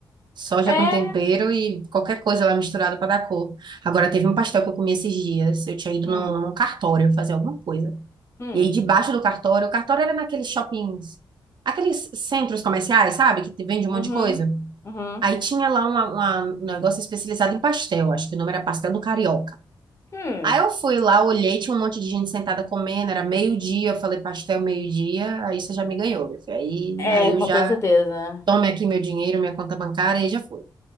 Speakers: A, on the right; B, on the left.
A: Soja
B: É.
A: com tempero e qualquer coisa lá misturada para dar cor. Agora, teve um pastel que eu comi esses dias. Eu tinha ido
B: Hum,
A: num, num cartório fazer alguma coisa.
B: hum,
A: E aí, debaixo do cartório, o cartório era naqueles shoppings, aqueles centros comerciais, sabe? Que te vende um
B: uhum,
A: monte de coisa.
B: uhum,
A: Aí tinha lá uma, uma- um negócio especializado em pastel. Acho que o nome era Pastel do Carioca.
B: hum.
A: Aí eu fui lá, olhei, tinha um monte de gente sentada comendo. Era meio-dia. Eu falei, pastel meio-dia. Aí você já me ganhou, meu filho. Aí,
B: É,
A: aí eu
B: com
A: já.
B: toda certeza.
A: Tome aqui meu dinheiro, minha conta bancária, e já fui.